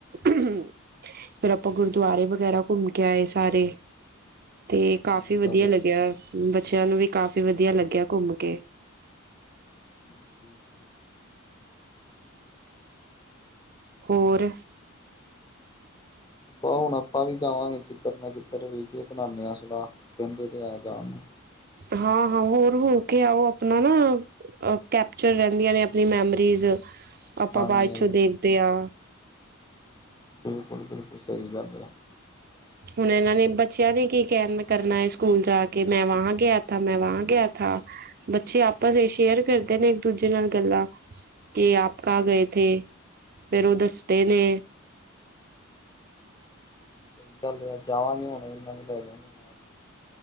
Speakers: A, on the right; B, on the left.
A: ਫਿਰ ਆਪਾਂ ਗੁਰਦੁਆਰੇ ਵਗੈਰਾ ਘੁੰਮ ਕੇ ਆਏ ਸਾਰੇ। ਤੇ ਕਾਫ਼ੀ
B: ਠੀਕ
A: ਵਧੀਆ
B: ਆ
A: ਲੱਗਿਆ ਬੱਚਿਆਂ ਨੂੰ ਵੀ ਕਾਫ਼ੀ ਵਧੀਆ ਲੱਗਿਆ ਘੁੰਮ ਕੇ।
B: ਠੀਕ ਠੀਕ ਠੀਕ।
A: ਹੋਰ
B: ਬ ਹੁਣ ਆਪਾਂ ਵੀ ਜਾਵਾਂਗੇ ਕਿੱਧਰ ਨਾ ਕਿੱਧਰ ਵੇਖੀ ਬਣਾਦੇ ਆ ਸਦਾ ਕਹਿੰਦੇ ਤੇ ਆ ਜਾਣ ਨੂੰ।
A: ਹਾਂ ਹਾਂ ਹੋਰ ਹੋ ਕੇ ਆੳ ਆਪਣਾ ਨਾ ਕੈਪਚਰ ਰਹਿੰਦੀਆਂ ਨੇ ਮੈਮਰੀਜ਼ ਆਪਾਂ
B: ਹਾਂਜੀ
A: ਬਾਅਦ
B: ਹਾਂਜੀ
A: ਚੋਂ ਦੇਖਦੇ ਹਾਂ।
B: ਬਿਲਕੁਲ-ਬਿਲਕੁਲ ਸਹੀ ਗੱਲ ਐ।
A: ਹੁਣ ਇਹਨਾਂ ਨੇ ਬੱਚਿਆਂ ਦੀ ਕੀ ਕੈਮ ਕਰਨਾ ਏ ਸਕੂਲ ਜਾ ਕੇ ਮੈਂ ਵਾਂ ਗਿਆਥਾ ਮੈਂ ਵਾ ਗਿਆਥਾ ਬੱਚੇ ਆਪਸ ਇਹ ਸ਼ੇਅਰ ਕਰਦੇ ਨੇ ਇੱਕ ਦੂਜੇ ਨਾਲ ਗੱਲਾਂ ਕਿ ਆਪ ਕਾ
B: ਹਾਂ
A: ਗਏ ਥੇ ਫੇਰ ਉਹ ਦੱਸ ਦੇ ਨੇ
B: ਸਹੀ ਗੱਲ ਹੈ ਅ ਜਾਵਾਂਗੇ ਹੁਣ ਇਹਨਾਂ ਨੂੰ ਲੈ ਜਾਵਾਗੇ ਨਾਲ। ਹੀ